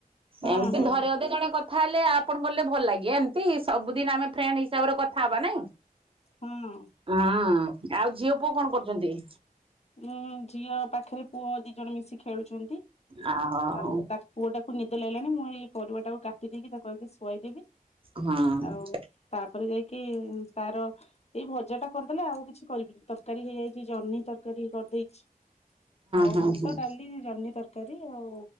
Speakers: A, on the left (about 45°); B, on the right (about 35°).
A: ହଁ
B: ଏମିତି
A: ହଁ
B: ଧରେ ଅଧେ ଜଣେ କ କଥା ହେଲେ ଆପଣ ଗଲେ ଭଲ ଲାଗିବ ଏମିତି ସବୁଦିନ ଆମେ ଫ୍ରେଣ୍ଡ ହିସାବରେ କଥା ହବା ନାଇଁ।
A: ହଁ।
B: ହଁ ଆଉ ଝିଅ ପୁଅ କଣ କରୁଛନ୍ତି।
A: ଉଁ ଝିଅ ପାଖରେ ପୁଅ ଦି ଜଣ ମିଶି ଖେଳୁଚନ୍ତି।
B: ଆ
A: ଆଉ
B: ହଁ
A: ତା ପୁଅଟାକୁ ନିଦ ଲାଗିଲାଣି ମୁଁ ଏଇ ପରିବା ଟାକୁ କାଟିଦେଇକି ତାକୁ ଆଗେ ଶୁଆଇଦେବି
B: ହଁ ହଁ
A: ଆଉ ତାପରେ ଯାଇକି ତାର ଏଇ ଭଜା ଟା କରିଦେଲେ ଆଉ କିଛି କରିବିନି ତରକାରୀ ହେଇଯାଇ ଛି ଜହ୍ନି ତରକାରୀ କରିଦେଇଛି ଆଉ
B: ହଁ
A: ଭାତ
B: ହଁ
A: ଡାଲି ଜହ୍ନି ତର କାରୀ ଆଉ